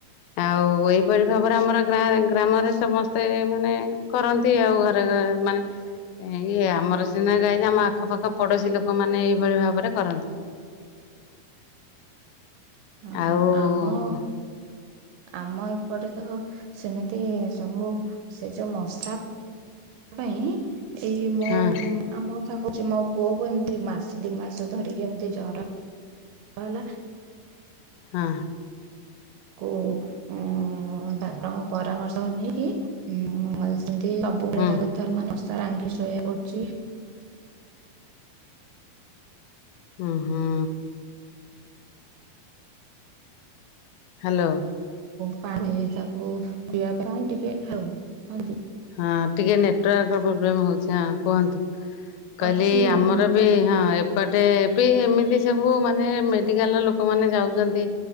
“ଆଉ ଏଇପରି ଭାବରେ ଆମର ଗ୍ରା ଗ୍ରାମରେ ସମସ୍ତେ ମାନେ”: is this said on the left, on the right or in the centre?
Left